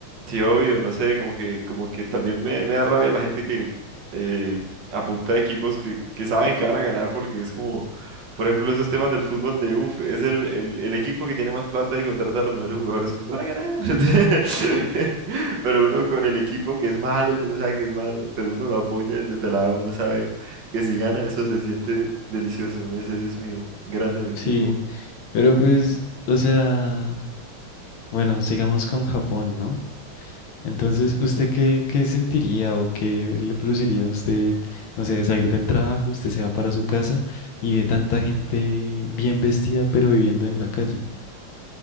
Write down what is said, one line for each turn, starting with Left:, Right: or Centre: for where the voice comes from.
Right: Sí, obvio, no sé, como que, como que también me, me da rabia la gente que eh, apunta a equipos que, que saben que van a ganar porque es como, por ejemplo, esos temas del fútbol de, uff, es el, el, el equipo que tiene más plata y contrata a los mejores jugadores, pues van a ganar. <laughs> Pero uno con el equipo que es malo, que uno sabe que es malo, pero uno lo apoya desde pelado, uno sabe que si gana eso se siente delicioso, uno dice, Dios mío, grande mi equipo.
Left: Sí, pero pues, o sea, bueno, sigamos con Japón, ¿no? Entonces, ¿usted qué, qué sentiría o qué le produciría a usted, no sé, salir del trabajo, usted se va para su casa y ve tanta gente bien vestida pero viviendo en la calle?